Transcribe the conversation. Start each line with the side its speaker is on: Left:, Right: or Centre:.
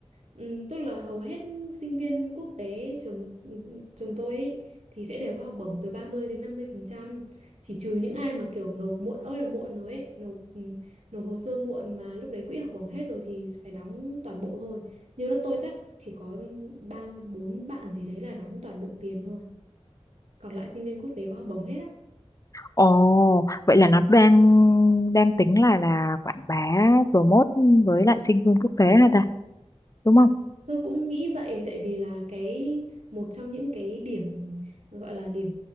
Right: ừm, tức là hầu hết sinh viên quốc tế trường ừ, trường tôi ấy, thì sẽ đều có học bổng từ ba mươi đến năm mươi phần trăm chỉ trừ những ai mà kiểu nộp muộn ơi là muộn rồi ấy nộp ừm, nộp hồ sơ muộn mà lúc đấy quỹ học bổng hết rồi thì phải đóng toàn bộ thôi như lớp tôi chắc chỉ có ba bốn bạn gì đấy là đóng toàn bộ tiền thôi còn lại sinh viên quốc tế có học bổng hết á
Left: Ồ, vậy là nó đang đang tính là là quảng bá promote với lại sinh viên quốc tế hả ta, đúng không?
Right: Tôi cũng nghĩ vậy tại vì là cái một trong những cái điểm gọi là điểm